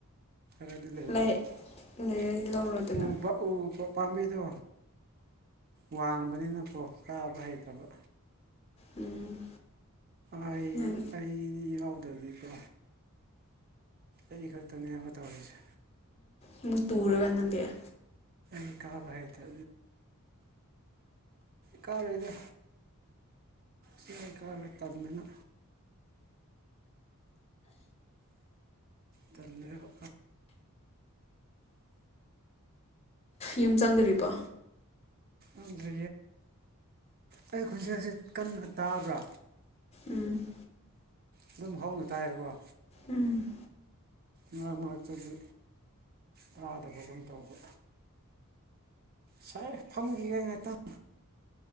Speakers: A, on the right; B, on the left.
A: ꯔꯗꯤ ꯂꯩꯕ
B: ꯂꯩ ꯂꯩꯔꯗꯤ ꯂꯧꯔꯣꯗꯅ
A: ꯄꯥꯝꯕꯤꯗꯣ ꯋꯥꯡꯕꯅꯤꯅꯀꯣ ꯀꯥꯕ ꯍꯩꯇꯕ
B: ꯎꯝ
A: ꯑꯩ
B: ꯅꯪ
A: ꯑꯩꯗꯤ ꯌꯥ ꯑꯗꯨꯗꯤꯀꯣ ꯑꯩ ꯈꯛꯇꯅꯦꯕ ꯇꯧꯔꯤꯁꯦ
B: ꯑꯃꯨꯛ ꯇꯨꯔꯒ ꯅꯪꯗꯦꯛꯑꯦ
A: ꯏꯟꯀꯥꯕ ꯍꯩ ꯇ ꯀꯔ ꯑꯣꯏꯗ ꯆꯀ ꯂꯤꯇꯥꯕ ꯃ ꯇꯕ
B: ꯌꯨꯝ ꯆꯪꯗꯣꯔꯤꯕꯔꯤꯕꯣ
A: ꯑꯗꯨ ꯑꯩ ꯈꯨꯣꯟꯖꯦꯜꯁꯤ ꯀꯟꯅ ꯇꯥꯕ꯭ꯔꯥ
B: ꯎꯝ
A: ꯑꯗꯨꯝ ꯍꯧꯅ ꯇꯥꯏꯦꯀꯣ
B: ꯎꯝ
A: ꯉꯛ ꯃꯔꯛꯇꯗꯤ ꯇꯥꯗꯕꯒꯨꯝ ꯇꯧꯕ ꯁꯥꯏ ꯐꯝꯈꯤꯒꯦ ꯉꯥꯏꯥꯛꯇꯪ